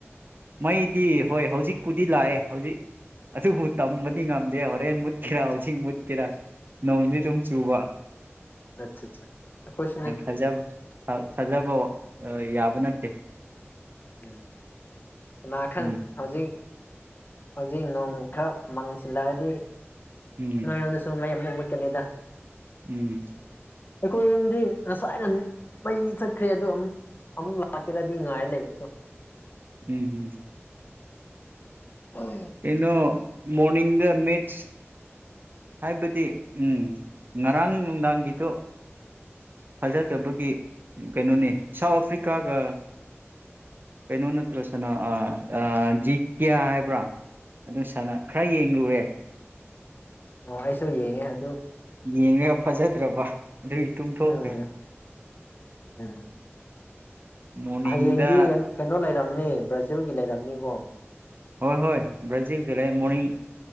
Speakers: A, on the right (about 45°); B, on the left (about 45°).
A: ꯃꯩꯗꯤ ꯍꯣꯏ ꯍꯧꯖꯤꯛꯄꯨꯗꯤ ꯂꯥꯛꯑꯦ ꯍꯧꯖꯤꯛ ꯑꯗꯨꯕꯨ ꯇꯝꯕꯗꯤ ꯉꯝꯗꯦ ꯍꯣꯔꯦꯟ ꯃꯨꯠꯈꯤꯔ ꯍꯧꯖꯤꯛ ꯃꯨꯠ ꯀꯤꯔ ꯅꯧꯗꯤ ꯑꯗꯨꯝ ꯆꯨꯕ
B: ꯑꯆꯥ ꯑꯆꯥ ꯈꯨꯁꯨ ꯅ
A: ꯊꯥꯖꯕ ꯊꯥꯖꯕ ꯌꯥꯕ ꯅꯠꯇꯦ
B: ꯎꯝ ꯀꯅꯥ ꯈꯪ
A: ꯎꯝ
B: ꯍꯧꯖꯤꯛ ꯍꯧꯖꯤꯛ ꯅꯣꯡ ꯈꯔ ꯃꯥꯡꯁꯤꯜ ꯑꯂꯗꯤ
A: ꯎꯝ
B: ꯅꯣꯏ ꯁ ꯀꯅꯤꯗ
A: ꯎꯝ
B: ꯑꯩꯈꯣꯏ ꯑꯗꯨꯣꯝꯗꯤ ꯉꯁꯥꯏ ꯃ ꯆꯠꯈ꯭ꯔꯦ ꯑꯗꯨ ꯑꯃꯨꯛ ꯑꯃꯨꯛ ꯂꯥꯛꯀꯦꯔꯗꯤ ꯉꯥꯏꯔ ꯂꯩꯅꯤ ꯀ
A: ꯎꯝ ꯍꯝ
B: ꯎꯝ
A: ꯏꯩꯅꯣ ꯃꯣꯔꯅꯤꯡ ꯗ ꯃꯦꯠꯁ꯫ ꯍꯥꯏꯕꯗꯤ ꯎꯝ ꯉꯔꯥꯡ ꯅꯨꯡꯗꯥꯡꯒꯤꯗꯣ ꯐꯖꯗꯕꯒꯤ ꯀꯩꯅꯣꯅꯤ ꯁꯥꯎꯠ ꯑꯐ꯭ꯔꯤꯀꯥꯒ꯫ ꯀꯩꯅꯣ ꯅꯇ꯭ꯔꯣ ꯁꯅꯥ ꯑ꯫ ꯑ ꯖꯤ ꯀ꯭ꯌꯥ ꯍꯥꯏꯕ꯭ꯔꯥ ꯑꯗꯨ ꯁꯅꯥ ꯈꯔ ꯌꯦꯡꯂꯨꯔꯦ꯫
B: ꯑꯣ ꯑꯩꯁꯨ ꯌꯦꯡꯉꯦ ꯑꯗꯨ꯫
A: ꯌꯦꯡꯉꯒ ꯐꯖꯗ꯭ꯔꯕ꯫ ꯑꯗꯨꯒꯤ ꯇꯨꯝꯊꯣꯛꯈ꯭ꯔꯦ
B: ꯎꯝ ꯎꯝ
A: ꯃꯣꯔꯅꯤꯡꯗ
B: ꯍꯌꯦꯡꯗꯤ ꯀꯩꯅꯣ ꯀꯩꯅꯣ ꯂꯩꯔꯝ꯫ ꯅꯤ ꯕ꯭ꯔꯥꯖꯤꯜꯒꯤ ꯂꯩꯥꯏꯔꯝꯅꯤꯀꯣ꯫
A: ꯍꯣꯏ ꯍꯣꯏ ꯕ꯭ꯔꯥꯖꯤꯜꯒꯤ ꯂꯩ ꯃꯣꯔꯅꯤꯡ